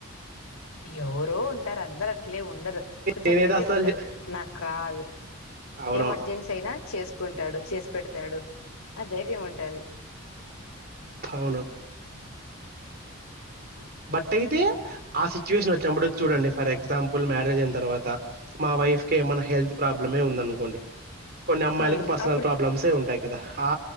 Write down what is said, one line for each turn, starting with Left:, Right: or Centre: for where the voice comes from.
Left: ఎవరు ారు అందరు అట్లే ఉండరు కొంచెం
Right: నేనైతే
Left: ధైర్యం
Right: అస్సలు
Left: ఉంటదు
Right: చే
Left: నాకు రాదు
Right: అవునవును.
Left: ఎమర్జెన్సీ అయినా చేసుకుంటాడు చేసి పెడతాడు ఆ ధైర్యం ఉంటది
Right: అవును. అ అయితే ఆ సిచువేషన్ వచ్చినప్పుడు చూడండి ఫర్ ఎగ్జాంపుల్ ప్పుల్ మ్యారేజ్ అయిన తర్వాత మా వైఫ్ క ఏమన్నా హెల్త్ ప్రాబ్లమే ఉందనుకోండి కొన్ని అమ్మాయిలకి
Left: ఉమ్
Right: పర్సనల్
Left: అప్పుడు
Right: ప్రాబ్లమ్స్ే ఉంటాయి కదా ఆ